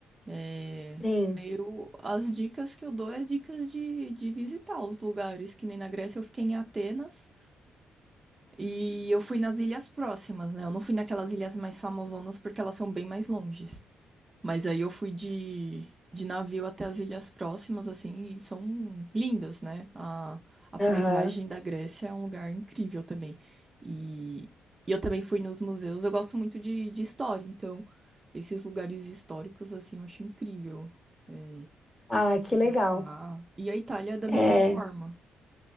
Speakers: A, on the right; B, on the left.
A: É,
B: Sim.
A: eu, as dicas que eu dou é dicas de, de visitar os lugares, que nem na Grécia eu fiquei em Atenas e eu fui nas ilhas próximas, né? Eu não fui naquelas ilhas mais famosonas porque elas são bem mais longe. Mas aí eu fui de, de navio até as ilhas próximas, assim, e são lindas, né? A, a paisagem
B: Aham.
A: da Grécia é um lugar incrível também. E, e eu também fui nos museus. Eu gosto muito de, de história, então esses lugares históricos, assim, eu acho incrível é,
B: Ah, que
A: visitar.
B: legal.
A: E a Itália é da mesma
B: É,
A: forma.